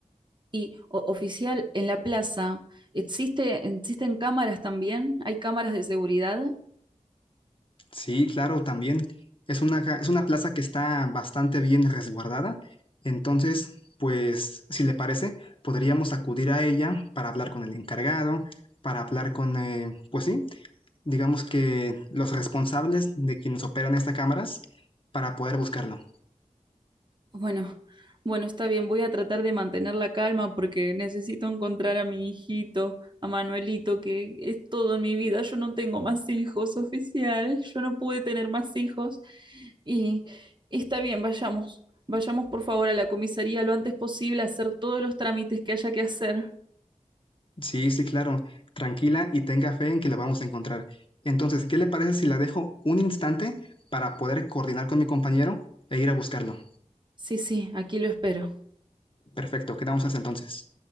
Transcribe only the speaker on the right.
Y o- oficial, en la plaza, ¿existe, existen cámaras también? ¿Hay cámaras de seguridad?
Bueno, bueno, está bien, voy a tratar de mantener la calma porque necesito encontrar a mi hijito, a Manuelito, que es todo en mi vida. Yo no tengo más hijos, oficial. Yo no pude tener más hijos. Y está bien, vayamos. Vayamos por favor a la comisaría lo antes posible a hacer todos los trámites que haya que hacer.
Sí, sí, aquí lo espero.